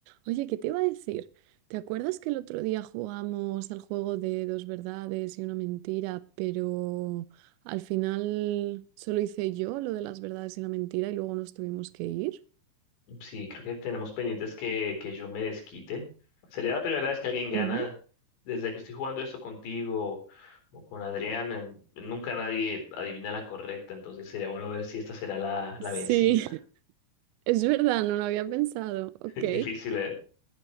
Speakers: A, on the right; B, on the left.
A: Oye, ¿qué te iba a decir? ¿Te acuerdas que el otro día jugamos al juego de dos verdades y una mentira, pero al final solo hice yo lo de las verdades y la mentira y luego nos tuvimos que ir?
B: Sí, creo que tenemos pendientes que, que yo me desquite. Sería la primera vez que alguien
A: Ujú.
B: gana. Desde que estoy jugando esto contigo o con Adrián, en- nunca nadie adivina la correcta. Entonces sería bueno ver si esta será la, la
A: Sí,
B: vencida.
A: <laughs> es verdad, no lo había pensado. Ok.
B: <laughs> Es difícil, ¿eh?